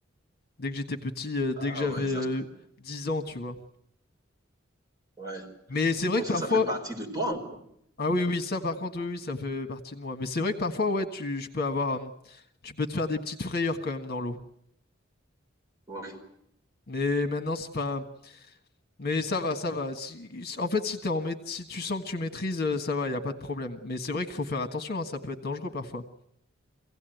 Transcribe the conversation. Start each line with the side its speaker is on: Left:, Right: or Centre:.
Left: Dès que j'étais petit, euh, dès
Right: Ah
Left: que j'avais
Right: ouais, ça
Left: euh,
Right: se
Left: 10 ans, tu vois.
Right: Ouais.
Left: Mais c'est vrai
Right: Donc
Left: que
Right: ça,
Left: parfois...
Right: ça fait partie de toi.
Left: Ah oui, oui, ça, par contre, oui, oui, ça fait partie de moi. Mais c'est vrai que parfois, ouais, tu, je peux avoir... euh, tu peux te faire des petites frayeurs quand même dans l'eau.
Right: Ouais.
Left: Mais maintenant, c'est- enfin, mais ça va, ça va. Si, en fait, si t'es en maît- si tu sens que tu maîtrises, euh, ça va, il n'y a pas de problème. Mais c'est vrai qu'il faut faire attention, hein, ça peut être dangereux parfois.